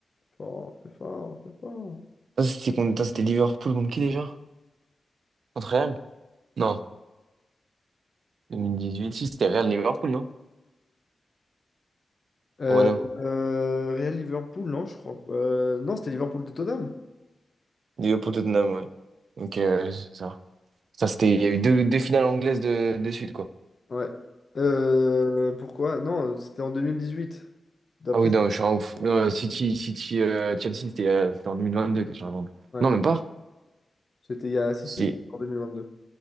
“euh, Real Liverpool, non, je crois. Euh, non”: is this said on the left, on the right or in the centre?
Left